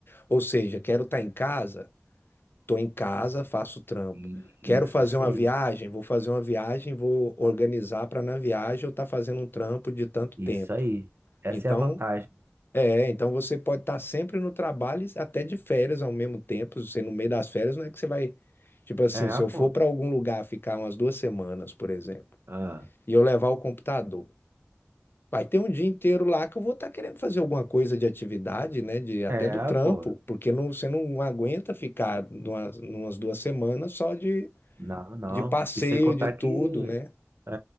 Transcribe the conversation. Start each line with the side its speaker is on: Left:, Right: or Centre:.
Left: ou seja, quero estar em casa, tô em casa, faço trampo.
Right: i-
Left: Quero
Right: isso,
Left: fazer
Right: isso
Left: uma
Right: aí.
Left: viagem, vou fazer uma viagem, vou organizar para na viagem eu estar fazendo um trampo de tanto
Right: Isso
Left: tempo.
Right: aí. Essa
Left: Então,
Right: é a vantagem.
Left: é, então você pode estar sempre no trabalho e até de férias ao mesmo tempo. Você no meio das férias não é que você vai, tipo assim,
Right: É,
Left: se eu
Right: pô.
Left: for para algum lugar ficar umas duas semanas, por exemplo,
Right: Ah,
Left: e eu levar o computador, vai ter um dia inteiro lá que eu vou estar querendo fazer alguma coisa de atividade, né, de até
Right: é,
Left: do trampo,
Right: pô.
Left: porque não, você não aguenta ficar numa, numas duas semanas só de,
Right: Não, não.
Left: de passeio,
Right: E sem contar
Left: de tudo,
Right: que.
Left: né?
Right: É,